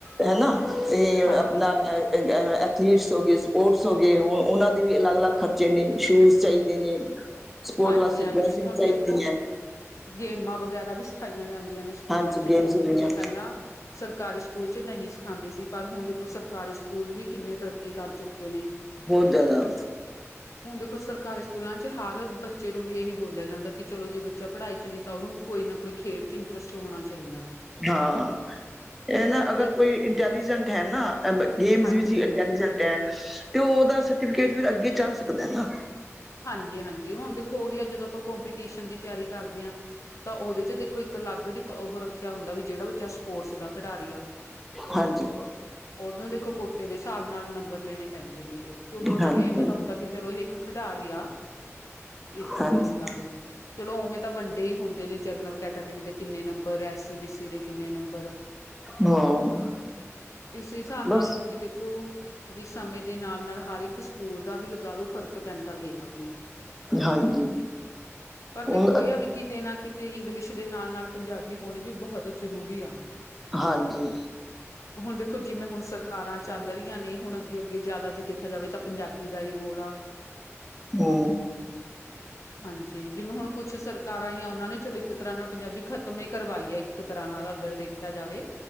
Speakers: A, in the centre; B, on the left (about 75°).
A: ਹਨਾ, ਇਹ
B: ਹਾਂਜੀ,
A: ਆਪਣਾ ਐਥਲੀਟਸ ਹੋ ਗਏ, ਸਪੋਰਟਸ ਹੋ ਗਏ, ਹੁਣ ਉਹਨਾਂ ਦੇ ਵੀ ਅਲੱਗ- ਅਲੱਗ ਖਰਚੇ ਨੇ, ਸ਼ੂਜ਼ ਚਾਹੀਦੇ ਨੇ ਸਪੋਰਟ
B: ਹਾਂਜੀ-ਹਾਂਜੀ
A: ਵਾਸਤੇ ਡਰੈਸਿੰਗ
B: ਹੁਣ
A: ਚਾਹੀਦੀ
B: ਦੇਖੋ
A: ਹੈ।
B: ਗੇਮਾਂ ਵਗੈਰਾ ਵੀ ਸਿਖਾਈਆਂ ਜਾਂਦੀਆਂ ਨੇ, ਸਕੂਲਾਂ
A: ਹਾਂਜੀ
B: ਚ
A: ਗੇਮਸ
B: ਲਗਾ
A: ਹੋ
B: ਲਓ
A: ਗਈਆਂ
B: ਚਲੋ ਪਹਿਲਾਂ ਸਰਕਾਰੀ ਸਕੂਲ ਚ ਨਹੀਂ ਸਿਖਾਉਂਦੀ ਸੀ, ਪਰ ਹੁਣ ਦੇਖੋ ਸਰਕਾਰੀ ਸਕੂਲ ਵੀ ਕਿੰਨੇ ਤਰੱਕੀ ਕਰ ਚੁੱਕੇ ਨੇ।
A: ਬਹੁਤ ਜ਼ਿਆਦਾ
B: ਹੁਣ ਦੇਖੋ ਸਰਕਾਰੀ ਸਕੂਲਾਂ ਚ ਹਰ ਬ ਬੱਚੇ ਨੂੰ ਵੀ ਇਹੀ ਬੋਲਿਆ ਜਾਂਦਾ ਕਿ, ਚਲੋ ਜੇ ਬੱਚਾ ਪੜ੍ਹਾਈ ਚ ਨਹੀਂ ਤਾਂ ਉਹਨੂੰ ਕੋਈ ਨਾ ਕੋਈ ਖੇਡ ਚ ਰਸਟ ਹੋਣਾ ਚਾਹੀਦਾ।
A: ਹਾਂ। ਇਹ
B: ਕਿਉਂਕਿ
A: ਨਾ ਅਗਰ
B: ਦੇਖੋ
A: ਕੋਈ ਇੰਟੈਲੀਜੈਂਟ ਹੈ ਨਾ, ਗੇਮਸ
B: ਹਾਂਜੀ
A: ਵਿੱਚ ਵੀ ਇੰਟੈਲੀਜੈਂਟ ਤੇ ਉਹਦਾ ਸਰਟੀਫਿਕੇਟ ਫਿਰ ਅੱਗੇ ਚੱਲ ਸਕਦਾ ਨਾ
B: ਹਾਂਜੀ-ਹਾਂਜੀ, ਹੁਣ ਦੇਖੋ ਉਹੀ ਅੱਜ ਜਦੋਂ ਆਪਾਂ ਕੋਂਪੀਟੀਸ਼ਨ ਦੀ ਤਿਆਰੀ ਕਰਦੇ ਹਾਂ। ਤਾਂ ਉਹਦੇ ਚ ਦੇਖੋ ਇੱਕ ਅਲੱਗ, ਡਪ ਉਹ ਰੱਖਿਆ ਹੁੰਦਾ ਵੀ ਜਿਹੜਾ ਬੱਚਾ ਸਪੋਰਟਸ ਦਾ ਖਿਡਾਰੀ ਆ।
A: ਹਾਂਜੀ।
B: ਔਦਾ ਦੇਖੋ, ਕੋਟੇ ਦੇ ਹਿਸਾਬ ਨਾਲ ਨੰਬਰ ਲੈਣੇ ਪੈਂਦੇ ਨੇ ਫੇਰ, ਕਿਉਂਕਿ ਉਹਨਾ
A: ਹਾਂਜੀ
B: ਨੂੰ ਇਹ ਪਤਾ ਹੁੰਦਾ ਕਿ ਚਲੋ ਇਹ ਇੱਕ ਖਿਡਾਰੀ ਆ, ਇਸ ਲਈ
A: ਹਾਂਜੀ
B: ਲਗਾ ਲੋ, ਚਲੋ ਉਵੇਂ ਤਾਂ ਵੰਡੇ ਹੀ ਹੁੰਦੇ ਨੇ, ਜਨਰਲ ਕੈਟਾਗਰੀ ਦੇ ਕਿੰਨੇ ਨੰਬਰ, ਐਸੀ ਬੀ ਸੀ ਦੇ ਕਿੰਨੇ ਨੰਬਰ,
A: ਹਾਂ
B: ਇਸ ਹਿਸਾਬ
A: ਬਸ
B: ਨਾਲ ਕਿ ਦੇਖੋ ਵੀ ਸਮੇਂ ਦੇ ਨਾਲ ਨਾਲ ਹਰ ਇੱਕ ਸਕੂਲ ਦਾ ਵੀ ਲਗਾਲੋ ਫਰਕ ਪੈਂਦਾ ਗੇਹਾ ਹੁਣ
A: ਹਾਂਜੀ
B: ਪਰ
A: ਹੁਣ
B: ਦੇਖੋ ਇਹ ਆ ਵੀ ਕਿ ਕਿਤੇ ਨਾ ਕਿਤੇ ਇੰਗਲਿਸ਼ ਦੇ ਨਾਲ ਨਾਲ ਪੰਜਾਬੀ ਹੋਣੀ ਵੀ ਬਹੁਤ ਜ਼ਰੂਰੀ ਆ।
A: ਹਾਂਜੀ
B: ਹੁਣ ਦੇਖੋ ਜਿਵੇਂ ਹੁਣ ਸਰ ਕਾਰਾਂ ਚੱਲ ਰਹੀਆਂ ਨੇ ਹੁਣ ਅੱਗੇ-ਅੱਗੇ ਜ਼ਿਆਦਾ ਜੇ ਦੇਖਿਆ ਜਾਵੇ ਤਾਂ ਪੰਜਾਬੀ ਦਾ ਈ ਰੋਲ ਆ।
A: ਹੂੰ।
B: ਹਾਂਜੀ ਜਿਵੇਂ ਹੁਣ ਕੁੱਛ ਸਰਕਾਰਾਂ ਇਆਂ ਉਹਨਾਂ ਨੇ ਚਲੋ ਇੱਕ ਤਰ੍ਹਾਂ ਨਾਲ ਪੰਜਾਬੀ ਖ਼ਤਮ ਈ ਕਰਵਾਈ ਐ ਇੱਕ ਤਰ੍ਹਾਂ ਨਾਲ ਅਗਰ ਦੇਖਿਆ ਜਾਵੇ